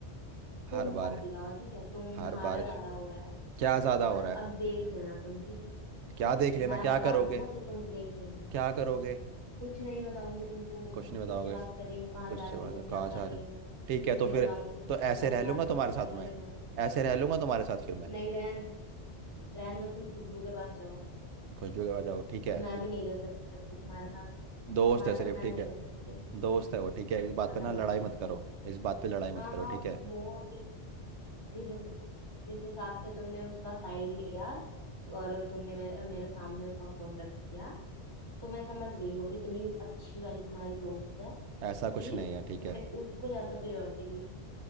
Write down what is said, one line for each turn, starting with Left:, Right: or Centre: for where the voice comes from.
Right: हर
Left: तुम
Right: बार
Left: मत दिलाओ ठीक है तुम्हारा
Right: हर बार
Left: ज्यादा हो रहा है
Right: क्या ज्यादा हो
Left: और
Right: रहा है
Left: अब देख लेना तुम ठीक है
Right: क्या देख लेना
Left: मैं
Right: क्या
Left: बता
Right: करोगे
Left: दूं ना तो तुम देख लेना
Right: क्या करोगे
Left: कुछ नहीं बताऊंगी तुमको
Right: कुछ नहीं बताओगे
Left: किससे बात कर रही हूँ कहाँ
Right: कुछ
Left: जा
Right: से
Left: रही
Right: बात
Left: हूँ
Right: है
Left: क्या
Right: कहाँ
Left: कर
Right: जा
Left: रही
Right: रहे हो
Left: हूँ
Right: ठीक
Left: कुछ
Right: है तो
Left: नहीं
Right: फिर
Left: बताऊंगी
Right: तो ऐसे
Left: अपने
Right: रह लूंगा
Left: आप से
Right: तुम्हारे
Left: पता
Right: साथ
Left: लगा
Right: मैं
Left: लेना
Right: ऐसे रह लूंगा तुम्हारे साथ फिर मैं
Left: नहीं रहन दो रहन दो तुम खुशबू के पास जाओ
Right: खुश भी हो जाओ ठीक है
Left: अब मैं भी नहीं रह सकती तुम्हारे साथ
Right: दोस्त
Left: तुम्हारे
Right: है
Left: साथ
Right: सिर्फ
Left: मैं
Right: ठीक
Left: नहीं
Right: है
Left: रह सकती भाई
Right: दोस्त है वो ठीक है इस बात
Left: खत्म
Right: पे ना लड़ाई
Left: करते
Right: मत
Left: हैं
Right: करो इस बात पे लड़ाई मत
Left: हाँ
Right: करो
Left: हाँ
Right: ठीक है
Left: वो ज- जिस हिस- जिस हिसाब से तुमने उसका साइड लिया और तुमने मेरे मेरे सामने उसका फोन कट किया तो मैं समझ गई वो कितनी अच्छी वाली तुम्हारी दोस्त है
Right: ऐसा कुछ
Left: कि
Right: नहीं है ठीक
Left: तुमने
Right: है
Left: उसको ज्यादा प्रायोरिटी दी